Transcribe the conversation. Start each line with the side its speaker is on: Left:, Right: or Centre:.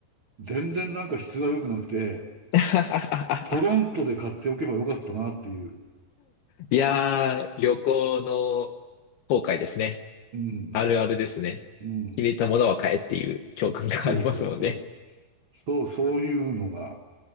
Right: 全然なんか質が良くなくて、
Left: <laughs>
Right: トロントで買っておけばよかったなっていう。
Left: いやー、旅行の後悔ですね。
Right: うん、
Left: あるあるですね。
Right: うん。
Left: 気に入ったものは買えっていう教訓がありますもんね。
Right: そうそうそう。そう、そういうのが